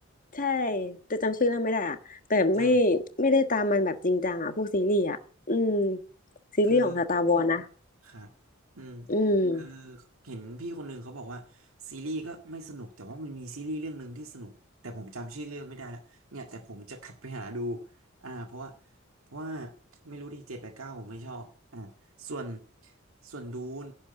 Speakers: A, on the left; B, on the right.
A: ใช่แต่จำชื่อเรื่องไม่ได้อะแต่ไม่
B: ใช่
A: ไม่ได้ตามมันแบบจริงจังอ่ะพวกซีรีส์อ่ะอืมซีรีส์ของสตาร์วอ
B: คือ
A: s นะ
B: ครับอืม
A: อืม
B: คือเห็นพี่คนหนึ่งเขาบอกว่าซีรีส์ก็ไม่สนุกแต่ว่ามันมีซีรีส์เรื่องหนึ่งที่สนุกแต่ผมจำชื่อเรื่องไม่ได้และเนี่ยแต่ผมจะขับไปหาดูอ่าเพราะว่าเพราะว่าไม่รู้ดิเจ็ดแปดเก้าผมไม่ชอบอ่าส่วนส่วนดูน